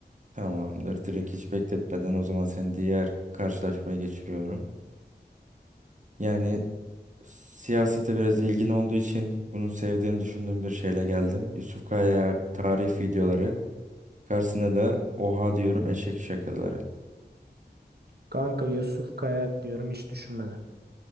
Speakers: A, on the right; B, on the right.
A: Tamamdır. Direkt hiç bekletmeden o zaman seni diğer karşılaşmaya geçiriyorum. Yani siyasete biraz ilgin olduğu için bunu sevdiğini düşündüğüm bir şeyle geldim. Yusuf Kaya tarih videoları. Karşısında da oha diyorum eşek şakaları.
B: Kanka Yusuf Kayalp diyorum hiç düşünmeden.